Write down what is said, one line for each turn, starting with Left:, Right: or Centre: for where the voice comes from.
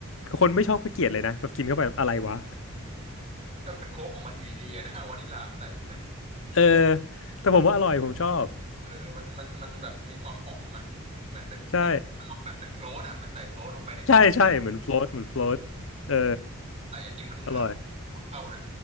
Left: คนไม่ชอบก็เกลียดเลยนะแบบกินเข้าไปแบบอะไรวะ
Right: ก็เป็นโค้กของมันอยู่ดีๆนะ <laughs> วานิลามาใส่ทำไม
Left: <laughs> เออแต่ผมว่าอร่อยผมชอบ
Right: เออมันมันมันแบบมีความหอมอ่ะเหมือนเป็นเหมือน
Left: ใช่
Right: แบบเหมือนโฟลตอ่ะเหมือนใส่โฟลตลงไปในโค้ก
Left: ใช่ใช่เหมือนโฟลตเหมือนโฟลตเออ
Right: ใส่ไอติมวานิลลา
Left: อร่อย
Right: มาเข้านะ